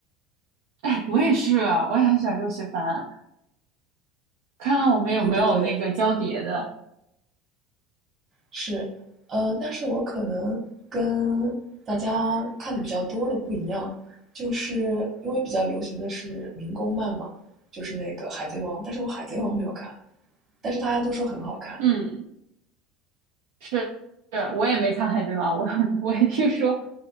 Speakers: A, on the right; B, on the right.
A: 哎，我也是，我也很喜欢热血番，看看我们有没有那个交叠的。
B: 对对对，是，呃，但是我可能跟大家看的比较多的不一样，就是因为比较流行的是民工漫嘛，就是那个《海贼王》，但是我《海贼王》没有看，但是大家都说很好看。
A: 嗯，是，是，我也没看《海贼王》，我 <laughs> 我也听说